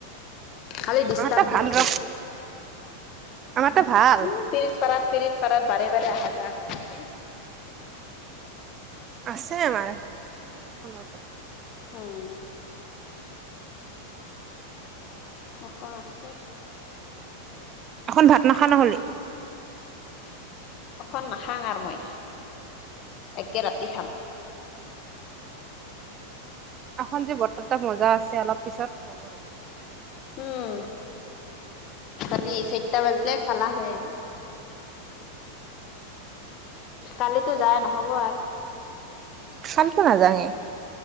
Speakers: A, on the left; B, on the right.
A: খালি ডিষ্টাৰ্ব
B: আমাৰতো
A: দি
B: ভাল
A: থাকে।
B: ৰ আমাৰতো ভাল
A: উম পৰিত পাৰাত পৰিত পাৰাত বাৰে বাৰে আহা যাহা কৰি থাকে।
B: আছে আমাৰ এখনৰ পৰা।
A: উম অসমখ আছে।
B: এখন ভাত নাখা নহ'লে?
A: অখন নাখাং আৰু মই এতিয়া ৰাতি খাম।
B: এখন যে বতৰ তাত মজা আছে অলপ পিছত হ'ব ৰ
A: উম পাবি চাৰিটা বাজিলে খালা হৈ আহিব কালিতো যায় নহব আৰু?
B: শান্ত ন জাঙে।